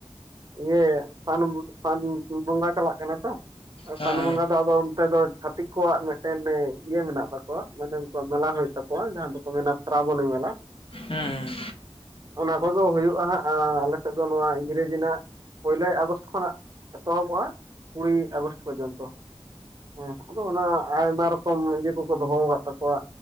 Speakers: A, on the right; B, on the left.
A: ᱤᱭᱟᱹ ᱥᱟᱱ ᱥᱟᱱ ᱵᱚᱸᱜᱟ ᱪᱟᱞᱟᱜ ᱠᱟᱱᱟ ᱛᱚ
B: ᱦᱮᱸ
A: ᱥᱟᱱ ᱵᱚᱸᱜᱟᱼᱼ ᱫᱚ ᱟᱫᱚ ᱚᱱᱛᱮ ᱫᱚ ᱪᱷᱟᱹᱛᱤᱠ ᱠᱚᱣᱟᱜ ᱢᱤᱫᱴᱮᱱ ᱤᱭᱟᱹ ᱢᱮᱱᱟᱜ ᱛᱟᱠᱚᱣᱟ ᱢᱟᱱᱮ ᱩᱱᱠᱩᱣᱟᱜ ᱢᱮᱞᱟ ᱦᱩᱭᱩᱜ ᱛᱟᱠᱚᱣᱟ ᱡᱟᱦᱟᱸ ᱫᱚᱠᱚ ᱢᱮᱱᱟᱼᱼ ᱥᱨᱟᱵᱚᱱᱤ ᱢᱮᱞᱟ᱾
B: ᱦᱩᱸ ᱦᱩᱸ
A: ᱚᱱᱟ ᱠᱚᱜᱮ ᱦᱩᱭᱩᱜᱼᱟ ᱦᱟᱸᱜ ᱟᱞᱮ ᱥᱮᱫ ᱫᱚ ᱱᱚᱣᱟ ᱤᱝᱨᱮᱡᱤ ᱨᱮᱱᱟᱜ ᱯᱳᱭᱞᱟᱭ ᱟᱜᱚᱥᱴ ᱠᱷᱚᱱᱟᱜ᱾ ᱮᱛᱚᱦᱚᱵᱚᱜᱼᱟ ᱠᱩᱲᱤ ᱟᱜᱚᱥᱴ ᱯᱚᱨᱡᱚᱱᱛᱚ᱾ ᱦᱮᱸ ᱟᱫᱚ ᱚᱱᱟ ᱟᱭᱢᱟ ᱨᱚᱠᱚᱢ ᱤᱭᱟᱹ ᱠᱚ᱾ ᱠᱚ ᱫᱚᱦᱚ ᱟᱠᱟᱫ ᱛᱟᱠᱚᱣᱟ